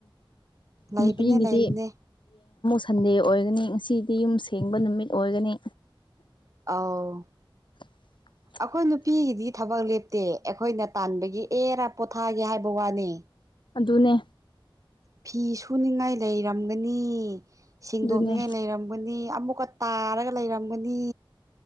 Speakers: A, on the right; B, on the left.
A: ꯂꯩꯕꯅꯦ
B: ꯎꯝ ꯄꯒꯤꯗꯤ
A: ꯂꯩꯕꯅꯦ
B: ꯁꯟꯗꯦ ꯑꯣꯏꯒꯅꯤ ꯉꯁꯤꯗꯤ ꯌꯨꯝ ꯁꯦꯡꯕ ꯅꯨꯃꯤꯠ ꯑꯣꯏꯒꯅꯤ
A: ꯑ
B: <unintelligible>
A: ꯑꯩꯈꯣꯏ ꯅꯨꯄꯤꯒꯤꯗꯤ ꯊꯕꯛ ꯂꯦꯞꯇꯦ ꯑꯩꯈꯣꯏꯅ ꯇꯥꯟꯕꯒꯤ ꯑꯦꯔꯥ ꯄꯣꯊꯥꯒꯦ ꯍꯥꯏꯕ ꯋꯥꯅꯤ
B: ꯑꯗꯨꯅꯦ
A: ꯐꯤ ꯁꯨꯅꯤꯡꯉꯥꯏ ꯂꯩꯔꯝꯒꯅꯤ ꯁꯦꯡꯗꯣꯛꯅꯤꯡꯉꯥꯏ
B: ꯑꯗꯨꯅꯦ
A: ꯂꯩꯔꯝꯒꯅꯤ ꯑꯃꯨꯛꯀ ꯇꯥꯔꯒ ꯂꯩꯔꯝꯒꯅꯤ